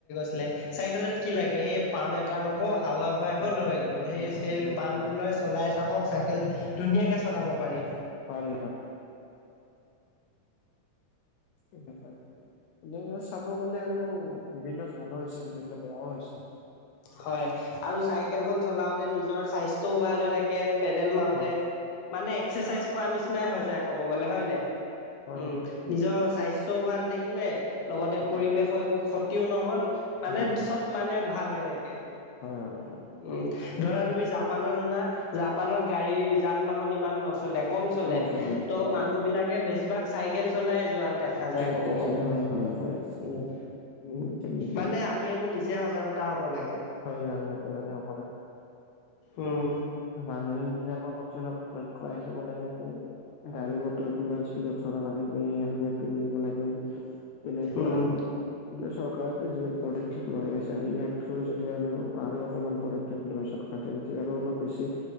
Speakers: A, on the left (about 65°); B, on the left (about 80°).
A: ছিলে, চাইকেলত কি লাগে এ পাম এটা ল'ব হাৱা- ভৰাই
B: হয়
A: গ'ল হৈ গ'ল, সেই
B: হয় হয়
A: সেই
B: লৈ
A: পামটো
B: অ
A: লৈ- চলাই থাকক চাইকেল ধুনীয়াকে চলাব পাৰি।
B: পাৰি তেনেকোৱাই আৰু এনে চাব গ'লে আৰু বিভিন্ন ভালো হৈছে বিভিন্ন বেয়াও হৈছে।
A: হয় আৰু চাইকেলখন চলাওতে নিজৰ স্বাস্থ্য ভাল হৈ থাকে- পেডেল মাৰোতে
B: হয়
A: মানে এক্সাৰচাইজ কৰা নিচিনাই হৈ যায় ক'ব গ'লে হয় নাই,
B: হয়
A: উমঁ'।
B: হয়।
A: নিজৰ স্বাস্থ্যও ভাল থাকিলে লগতে
B: উম
A: পৰিৱেশো একো ক্ষতিও নহ'ল- মানে
B: উম
A: চ'ব মানে ভাল হয় থাকে।
B: হয় নহয় কিবা।
A: উমঁ' ধৰা তুমি জাপানত শুনা জাপানত গাড়ী যান বাহন ইমান ন চলে কম চলে
B: নচলে
A: ত'
B: অ
A: মানুহ বিলাকে বেছিভাগ চাইকেল চলাই যোৱা দেখা- দেখা যায়
B: চাইকেল
A: ক'ব গ'লে।
B: চলে হয় হয় হয়।
A: উমঁ'
B: উম তেনেকুৱাই
A: মানে আমি এইবোৰ নি জে সজাগতা হ'ব লাগে।
B: <unintelligible>
A: উমঁ।
B: মানুহে এই বিলাকৰ প্ৰতি অলপ লক্ষ্য ৰাখিব লাগে যে গাড়ী মটৰ কিমান স্পীডত- চলাব লাগে সেয়া হেলমেট পিন্ধিব লাগে তেনেকুৱা
A: উম
B: আৰু। বোলে চৰকাৰেতো যি পদক্ষেপ লৈ আছে আৰু ইয়াতকৈ যদি আৰু অকমান প <unintelligible> তেন্তে আৰু অলপ বেছি